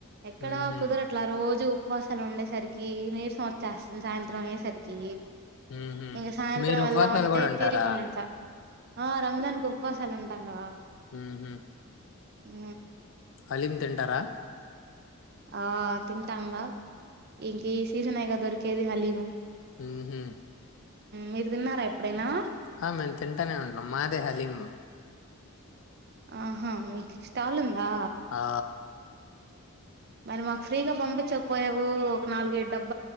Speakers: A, on the right; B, on the left.
A: ఎక్కడా
B: హుహు.
A: కుదరట్లా రోజు ఉపవాసాలు ఉండేసరికి నీరసం వచ్చేస్తుంది సాయంత్రం అయ్యేసరికి
B: హుహు.
A: ఇంకా సాయంత్రం
B: మీరు ఉపవాసాలు
A: వెళ్దామంటే
B: గూడా ఉంటారా?
A: తీరిగి ఉందింట్లా ఆ రంజాకి ఉపవాసాలు ఉంటాకా
B: హ
A: హ
B: హలీం తింటారా
A: ఆ తింటాంగా ఇంక ఈ సీజన్యి కా దొరికేది హలీము
B: హహ
A: మీరు తిన్నారా ఎప్పుడైనా
B: ఆ మేము తింటూనే ఉంటాం మాదే హలీం
A: ఆహా మీకు స్టాల్ ఉందా
B: ఆ!
A: మరి మాకు ఫ్రీగా పంపించపోయావు ఒక నాలుగేడు డబ్బు